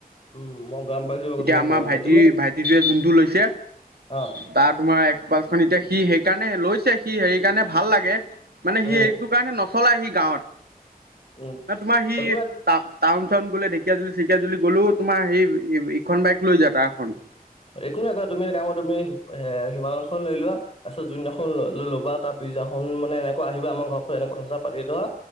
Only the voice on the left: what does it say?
উম মই গম পাইছো বাৰু
তুমি
কওঁতে
তুমি
অ
উম
উম
একো নাই
একো নাই কয় তুমি কামত তুমি এ সিমান লৈ লোৱা, তাৰ পিছত জুদিনাখন ল'ব তাৰ পিছদিনাখন মানে এনেকুৱা আহিব আমাৰ ঘৰ এনেকুৱ কথা পাতি ধৰা,